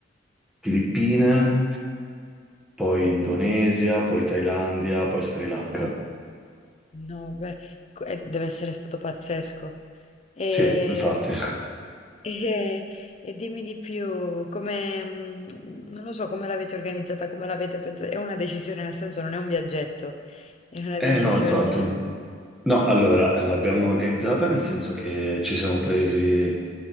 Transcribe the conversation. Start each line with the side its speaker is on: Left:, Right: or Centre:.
Centre: Filippine, poi
Left: Uh,
Centre: Indonesia, poi Thailandia, poi Sri Lanka.
Left: no, beh, co- eh, deve essere stato pazzesco. E,
Centre: Sì, infatti.
Left: <laughs> e- e dimmi di più, come, mm, non lo so, come l'avete organizzata, come l'avete pensata. È una decisione, nel senso, non è un viaggetto, è una
Centre: Eh
Left: decisione.
Centre: no, infatti. No, allora, eh, l'abbiamo organizzata nel senso che ci siamo presi